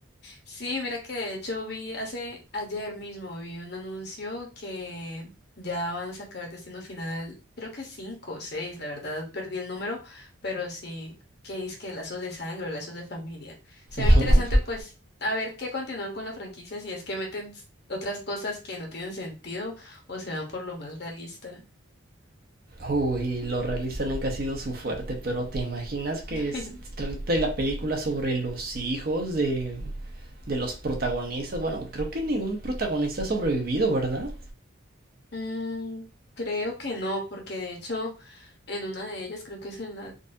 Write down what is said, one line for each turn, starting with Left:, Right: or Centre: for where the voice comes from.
Left: Sí, mira que de hecho vi hace ayer mismo vi un anuncio que ya van a sacar Destino Final, creo que cinco o seis, la verdad perdí el número, pero sí, que es que lazos de sangre lazos de familia. Se
Right: <laughs>
Left: ve interesante pues a ver qué continúan con la franquicia, si es que meten s- otras cosas que no tienen sentido o se van por lo más realista.
Right: Uy, lo realista nunca ha sido su fuerte, pero ¿te imaginas que
Left: <laughs>
Right: es, trata la película sobre los hijos de, de los protagonistas? Bueno, creo que ningún protagonista ha sobrevivido, ¿verdad?
Left: Mm, creo que no, porque de hecho En una de ellas, creo que es en la